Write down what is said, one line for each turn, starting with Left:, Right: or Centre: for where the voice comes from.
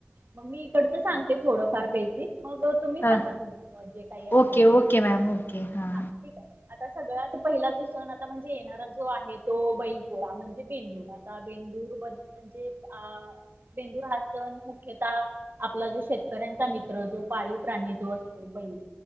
Right: मग मी इकडचं सांगते थोडंफार बेसिक, मग तुम्ही सांगा
Left: हां
Right: तुमच्, जे काही असेल
Left: ओके
Right: ते,
Left: ओके मॅम ओके हां
Right: हा ठीके. आता सगळ्यात पहिला जो सण आता म्हणजे येणारा जो आहे तो, बैलपोळा म्हणजे बेंदुर. आता बेंदूर ब म्हणजे अ बेंदूर हा सण मुख्यतः आपला जो शेतकऱ्यांचा मित <unintelligible>